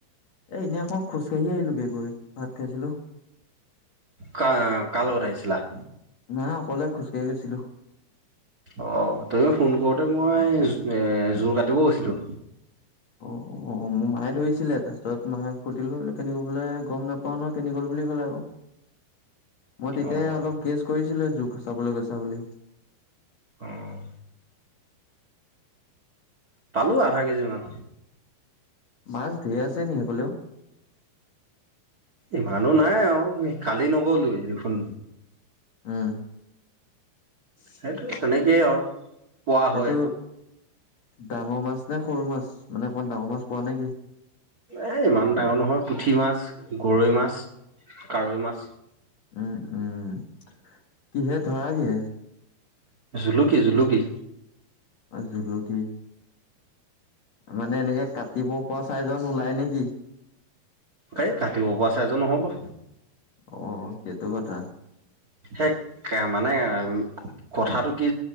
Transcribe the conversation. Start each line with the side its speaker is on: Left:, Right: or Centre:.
Left: এ ইনেই অকন খোজ এনেই আহিলোগে গৈ, ভাত খাইছিলো।
Right: কা কাৰ লগত আহিছিলা।
Left: নাই অকলে খোজকাঢ়ি গৈছিলো।
Right: অ', তৈও ফোন কৰোতে মই এ জোৰ কাটিব গৈছিলো।
Left: অ' অ', মোৰ মায়ে ধৰিছিলে ফাৰ্ষ্টত <unintelligible> কেনি গ'ল বোলে গম নাপাও নহয় কেনি গ'ল বুলি ক'লে আৰু, মই তেতিয়
Right: অঁ
Left: অলপ গেছ কৰিছিলো তোক চাবলৈ গৈছে বুলি।
Right: অঁ। পালো আধা কেজি মান।
Left: মাছ ঢেৰ আছে নেকি সেইফাঁলেও।
Right: ইমানো নাই আৰু কালি নগলোৱে দেখোন।
Left: উম।
Right: সেইটোৱে তেনেকে আৰু। পোৱা হয়
Left: এইটো, ডাঙৰ মাছ নে সৰু মাছ। মানে অকমান ডাঙৰ মাছ পোৱা নেকি
Right: এই ইমান ডাঙৰ নহয়, পুঠি মাছ গৰৈ মাছ, কাৰৈ মাছ।
Left: উম- উম, কিহে ধৰা কিহে।
Right: <unintelligible> কি জুলুকি?
Left: অঁ জুলুকী। মানে এনেকে কাটিব পৰা চাইজত ওলাই নেকি?
Right: এই কাটিব পৰা চাইজৰ নহ'ব।
Left: অ' সেইটো কথা।
Right: পিছে সেয়া মানে কথাটো কি